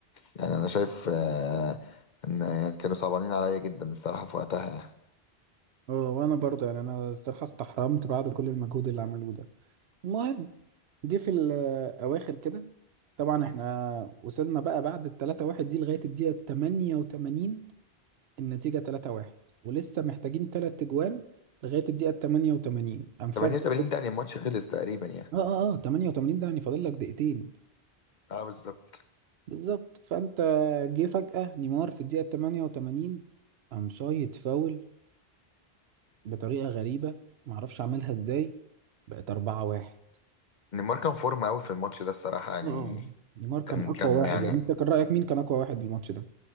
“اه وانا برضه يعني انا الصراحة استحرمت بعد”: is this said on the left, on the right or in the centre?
Right